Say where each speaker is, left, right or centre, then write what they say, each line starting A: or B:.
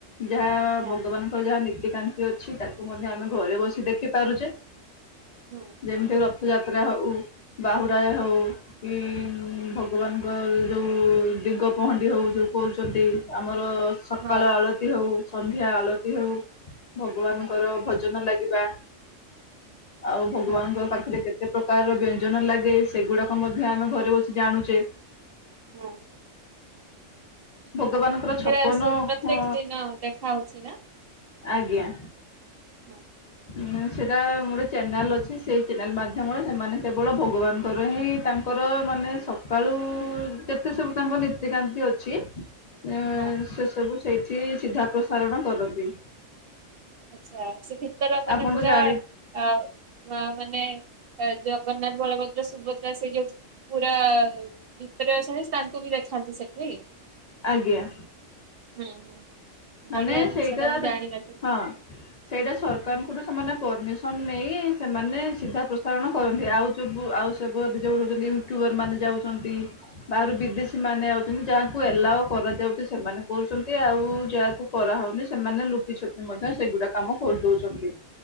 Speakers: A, on the left; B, on the right.
A: ଯାହା
B: ହଁ
A: ଭଙ୍ଗବାନଙ୍କର ଯାହା ନୀତିକାନ୍ତି ଅଛି ତାକୁ ମଧ୍ୟ ଆମେ ଘରେ ବସି ଦେଖି ପାରୁଛେ
B: ହଁ
A: ଯେମିତି ରଥ ରଥ ଯାତ୍ରା ହଉ ବାହୁଡଜା ହଉ କି ଭଗବାନଙ୍କ ଯେଉଁ ଦିଗ ପହଣ୍ଡି ହେଉ ଯେଉଁ କରହୁଛନ୍ତି ଆମ ଆମର ସକାଳ
B: ହଁ ହଁ
A: ଆଳତି
B: ହଁ
A: ହଉ, ସନ୍ଧ୍ୟା ଆଳତି ହଉ, ଭଗବାନଙ୍କର
B: ହଁ ହଁ
A: ଭଜନ ଲାଗି ହଁ ଆଉ ଭଗବାନଙ୍କ
B: ହଁ
A: ପାଖରେ କେତେ କେତେ ପ୍ରକାର ବ୍ୟଞ୍ଜନ ଲାଗେ ସେଗୁଡାକ ମଧ୍ୟ ଆମେ ଘରେ ବସି ଜାଣୁଛେ।
B: ହଁ
A: ଭଗବାନଙ୍କର ଛପନ
B: ସେଟ ପ୍ରତ୍ୟେକ
A: ଅ
B: ଦିନ ଦେଖା ହଉଛି ନା
A: ଆଜ୍ଞା।
B: ହୁଁ।
A: ଏନା ସେଟା ମୋର ଚ୍ୟାନେଲ୍ ଅଛି, ସେହି ଚ୍ୟାନେଲ୍ ମାଧ୍ୟମରେ ସେମାନେ କେବଳ ଭଗବାନଙ୍କର ହିଁ ତାଙ୍କର ତ ମାନେ ସକାଳୁ କେତେ ସବୁ ତାଙ୍କ ନୀତିକାନ୍ତି ଅଛି। ଏ
B: ହଁ
A: ସେସବୁ ସେଇଠି ସିଧା ପ୍ରସାରଣ କରନ୍ତି।
B: ଆଚ୍ଛା ସେ ଭିତର ମାନେ
A: ଆପଣ
B: ପୁରା
A: ତ ଜାଣି
B: ଆ ମା ମାନ ଏ ଜଗନ୍ନାଥ, ବଳ ଦ୍ର ସୁଭଦ୍ରା ସେଇଟି ଅଛନ୍ତି। ପୁରା ଭିତରେ ଅଛନ୍ତି ତାଙ୍କୁ ବି ଦେଖାନ୍ତି ସେଠି।
A: ଆଜ୍ଞା।
B: ହୁଁ ହୁଁ
A: ମାନେ
B: ବଢିଆ ଜିନିଷ
A: ସେଇଟା
B: ଟା ମୁଁ ଜାଣିିନଥିଲି।
A: ହଁ ସେଇଟା ସରକାରଙ୍କଠୁ ସେମାନେ ପରମିସନ ନେଇ ସେମାନେ ସିଧା ପ୍ରସାରଣ କରନ୍ତି, ଆଉ ଯୋଉ ଆଉସବୁ ଅବିଯୋଗ ରୋଉଚନ୍ତି ୟୁଟ୍ୟୁବର ମାନେ ଯାଉଚନ୍ତି, ବାଆରୁ ବିଦେଶୀ ମାନେ ଆଉଚନ୍ତି ଯାହାକୁ ଏ ହେଲା ଆଉ କରାଯାଉଚି ସେମାନେ କଉଚନ୍ତି ଆଉ ଯାହାକୁ କରାହୋଉନି ସେମାନେ ଲୁପିଛୁପି ମଧ୍ୟ ସେଗୁଡା କାମ କରିଦୋଉଛନ୍ତି।